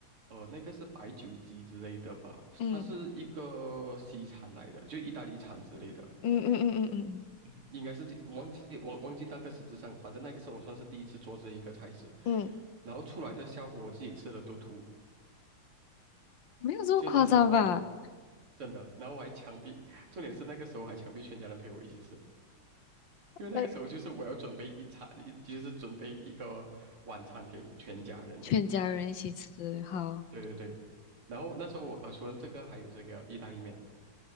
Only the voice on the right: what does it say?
呃那个是白酒鸡之类的吧，
它是一个西餐来的，就意大利餐之类的，
<laughs> 应该是忘记忘忘记那个实质上，反正那个是我算是第一次做这一个菜式，
然后出来的效果我自己吃了都吐。
就那时候我还真的。然后我还强逼，重点是那个时候还强逼全家人陪我一起吃，因为那个时候就是我要准备一餐，
一就是准备一个晚餐给全家人嘛。
对对对。然后那时候我呃，除了这个还有这个意大利面，